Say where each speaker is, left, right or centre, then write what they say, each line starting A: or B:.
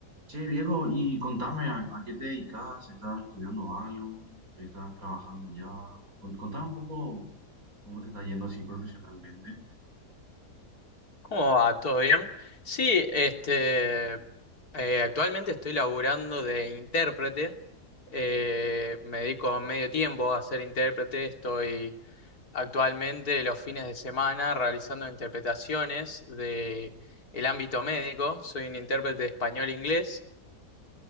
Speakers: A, on the right (about 60°); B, on the left (about 65°).
A: Che, viejo, y contame, ¿a, a qué te dedicas? ¿Estás estudiando algo? ¿Estás trabajando ya? Con- contame un poco cómo te está yendo así profesionalmente.
B: ¿Cómo va? ¿Todo bien? Sí, este, eh, actualmente estoy laburando de intérprete. eh, me dedico medio tiempo a ser intérprete. Estoy actualmente los fines de semana realizando interpretaciones de el ámbito médico. Soy un intérprete de español-inglés